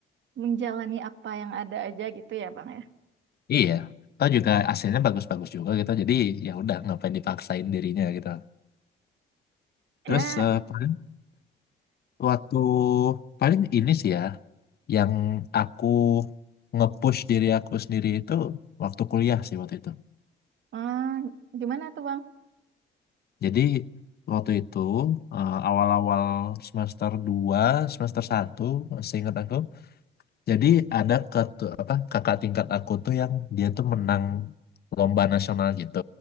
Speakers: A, on the right; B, on the left.
A: menjalani apa yang ada aja gitu ya, Bang ya.
B: Iya. Atau juga hasilnya bagus-bagus juga gitu. Jadi ya udah ngapain dipaksain dirinya gitu.
A: Ya,
B: Terus eh, paling Waktu paling ini sih ya, yang aku nge-push diri aku sendiri itu waktu kuliah sih waktu itu.
A: hmm, gimana tuh, Bang?
B: Jadi waktu itu eh, awal-awal semester 2 semester 1, seingat aku. Jadi ada ketu- apa, kakak tingkat aku tuh yang dia tuh menang lomba nasional gitu,